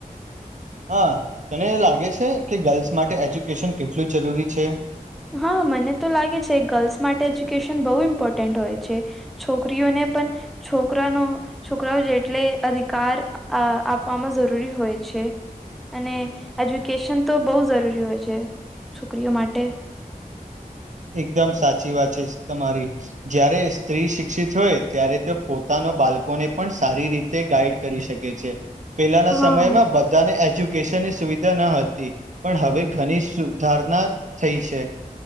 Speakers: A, on the right (about 55°); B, in the centre.
A: હા તને લાગે છે કે ગર્લ્સ માટે એજ્યુકેશન કેટલું જરૂરી છે
B: હા મને તો લાગે છે ગર્લ્સ માટે એજ્યુકેશન બહુ ઇમ્પોર્ટન્ટ હોય છે. છોકરીઓને પણ છોકરાનો છોકરાઓ જેટલે અધિકાર આપવામાં જરૂરી હોય છે. અને એજ્યુકેશન તો બહુ જરૂરી હોય છે છોકરીઓ માટે
A: એકદમ સાચી વાત છે તમારી જયારે સ્ત્રી શિક્ષિત હોય ત્યારે તો પોતાના બાળકોને પણ સારી રીતે તે ગાઈડ કરી શકે છે પેલાના
B: હા
A: સમયમાં બધાને એજ્યુકેશનની સુવિધા ન હતી પણ હવે ઘણી સુધારણા થઈ છે.